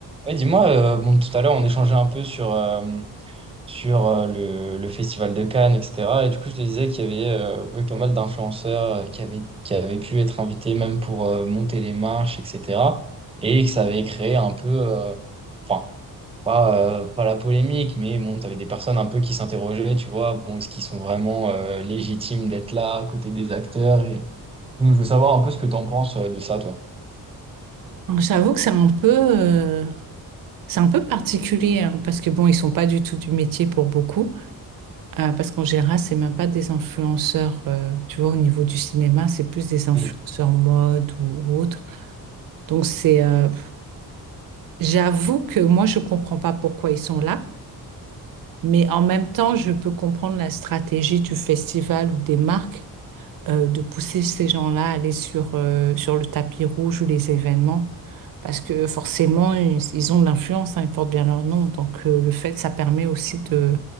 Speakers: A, on the right; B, on the right.
A: Ouais, dis-moi, euh, bon, tout à l'heure, on échangeait un peu sur, euh, sur euh, le, le Festival de Cannes, etc. Et du coup, je te disais qu'il y avait euh, ouais, pas mal d'influenceurs euh, qui avaient, qui avaient pu être invités même pour euh, monter les marches, etc. Et que ça avait créé un peu, euh, enfin, pas, euh, pas la polémique, mais bon, tu avais des personnes un peu qui s'interrogeaient, tu vois, bon, est-ce qu'ils sont vraiment euh, légitimes d'être là à côté des acteurs? Et... Donc, je veux savoir un peu ce que tu en penses euh, de ça, toi.
B: Donc, J'avoue que c'est un peu, euh, c'est un peu particulier hein, parce que bon, ils sont pas du tout du métier pour beaucoup. euh, parce qu'en général, c'est même pas des influenceurs. euh, tu vois, au niveau du cinéma, c'est plus des influenceurs
A: Oui.
B: mode ou, ou autre. Donc c'est, euh, j'avoue que moi, je comprends pas pourquoi ils sont là, mais en même temps, je peux comprendre la stratégie du festival ou des marques euh, de pousser ces gens-là à aller sur, euh, sur le tapis rouge ou les événements. Parce que forcément, ils, ils ont de l'influence, hein, ils portent bien leur nom. Donc, euh, le fait, ça permet aussi de,